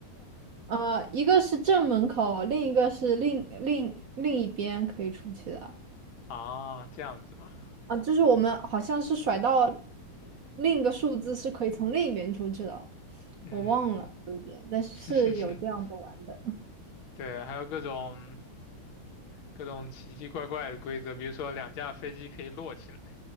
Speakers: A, on the right; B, on the left.
A: 呃，一个是正门口，另一个是另另另一边可以出去的。
B: 啊，这样子吗？
A: 啊，就是我们好像是甩到另一个数字是可以从另一边出去的，
B: 嗯，
A: 我忘了有一点，但是有这样子玩的。
B: <laughs> 对，还有各种各种奇奇怪怪的规则，比如说两架飞机可以摞起来。